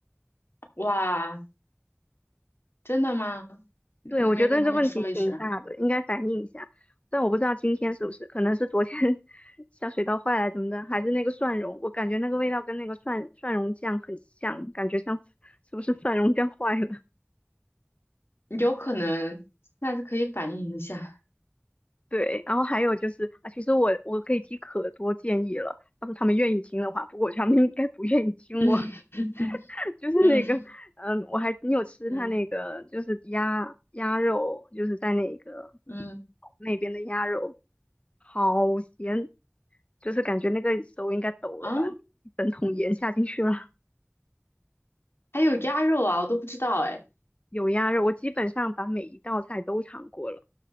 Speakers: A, on the left (about 85°); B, on the left (about 30°).
A: 哇，真的吗？你你没跟他们说一声？
B: 对，我觉得这问题挺大的，应该反映一下。但我不知道今天是不是，可能是昨天 <laughs> 下水道坏了怎么的，还是那个蒜蓉，我感觉那个味道跟那个蒜蒜蓉酱很像，感觉像 <laughs> 是不是蒜蓉酱坏了？
A: 有可能，下次可以反映一下。
B: 对，然后还有就是啊，其实我我可以提可多建议了，要是他们愿意听的话，不过我觉得他们应该不愿意听我，
A: 嗯
B: <laughs> 就是那个，
A: 嗯
B: 嗯，我还你有吃他那个就是鸭鸭肉，
A: 嗯
B: 就是在那个
A: 嗯
B: 那边的鸭肉，好咸，就是感觉那个手应该抖了吧，
A: 啊，
B: 一整桶盐下进去了，
A: 还有鸭肉啊，我都不知道哎。
B: 有鸭肉，我基本上把每一道菜都尝过了，